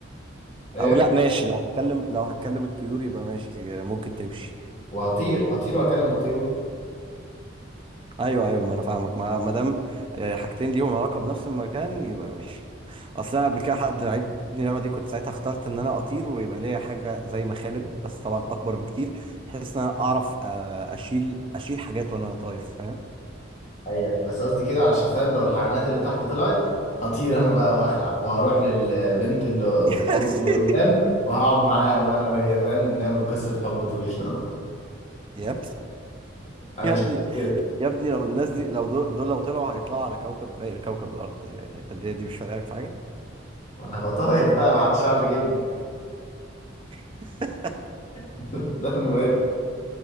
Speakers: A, on the left (about 35°); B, on the right (about 25°).
A: إيه
B: او لا ماشي لو هتكلم لو هتكلم الطيور يبقى ماشي ممكن تمشي
A: وهطير هطير وأكلم الطيور
B: ايوه ايوه ما انا فاهمك ما ما دام آه، حاجتين ليهم علاقه بنفس المكان يبقى ماشي اصل انا قبل كده حد لعبني اللعبه دي كنت ساعتها اخترت ان انا اطير ويبقى ليا حاجه زي مخالب بس طبعا اكبر بكتير بحيث ان انا اعرف آه، اشيل اشيل حاجات وانا طاير فاهم
A: أيوة بس قصدي كده علشان فاهم لو الحيوانات اللي تحت طلعت هطير أنا بقى وهخلع وهروح للبنت اللي
B: <laughs>
A: في البرج اللي قدام وهقعد معاها بقى أنا وهي فاهم نعمل قصة حب طويلة <laughs>
B: يا اخي
A: أنا
B: يا
A: شايف
B: ابني
A: كده
B: يا ابني يا ابني لو الناس دي لو دول, دول لو طلعوا هيطلعوا على كوكب باقي كوكب الارض يعني التدرية دي مش فارقه لك في حاجه
A: وأنا هبقى طاير بقى محدش يعرف يجيبني
B: <laughs>
A: <laughs> ده المهم